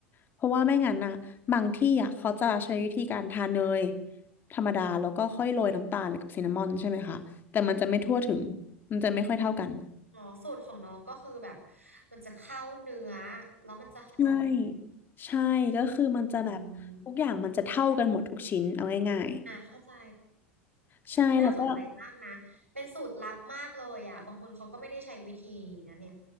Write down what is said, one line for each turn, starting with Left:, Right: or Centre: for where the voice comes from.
Left: เพราะว่าไม่งั้นนะบางที่อ่ะเขาจะใช้วิธีการทาเนยธรรมดาแล้วก็ค่อยโรยน้ำตาลกับซินนามอนใช่ไหมคะแต่มันจะไม่ทั่วถึงมันจะไม่ค่อยเท่ากัน
Right: อ๋อสูตรของน้องก็คือแบบมันจะเข้าเนื้อแล้วมันจะหอม
Left: ใช่ใช่ก็คือมันจะแบบทุกอย่างมันจะเท่ากันหมดทุกชิ้นเอาง่าย
Right: อืมอ่าเข้าใจ
Left: ๆใช่แล้วก็
Right: วิน่าสนใจมากนะ เป็นสูตรลับมากเลยอ่ะบางคนเขาก็ไม่ได้ใช้วิธีนี้นะเนี่ย